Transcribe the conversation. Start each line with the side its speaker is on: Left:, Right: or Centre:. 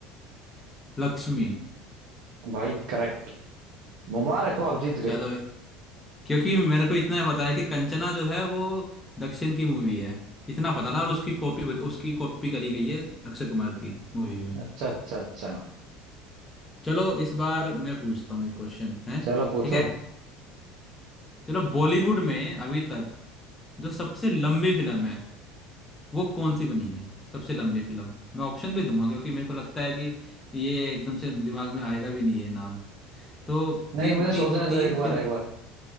Left: लक्ष्मी
Right: भाई करेक्ट मुबारक हो आप जीत गए
Left: चलो क्योंकि मेरे को इतना पता है कि कंचना जो है वो दक्षिण की मूवी है इतना पता था और उसकी कॉपी उसकी कॉपी करी गई है अक्षय कुमार की मूवी में
Right: अच्छा अच्छा अच्छा
Left: चलो इस बार मैं पूछता हूँ एक क्वेश्चन है
Right: चलो पूछो
Left: ठीक है चलो बॉलीवुड में अभी तक जो सबसे लंबी फिल्म है वो कौन सी बनी है सबसे लंबी फिल्म मैं ऑप्शन भी दूंगा क्योंकि मेरे को लगता है कि ये एकदम से दिमाग में आएगा भी नहीं है नाम तो
Right: नहीं
Left: तीन
Right: मुझे
Left: तीन
Right: सोचने
Left: तीन
Right: दो एक बार
Left: फिल्म
Right: एक बार